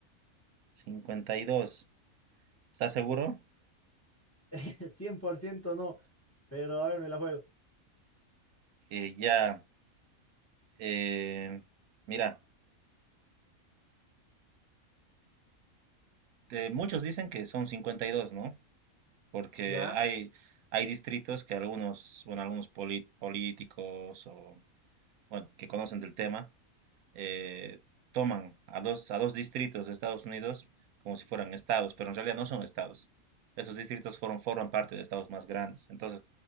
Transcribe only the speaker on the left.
<laughs> cien por ciento no, pero a ver, me la juego.
¿Ya?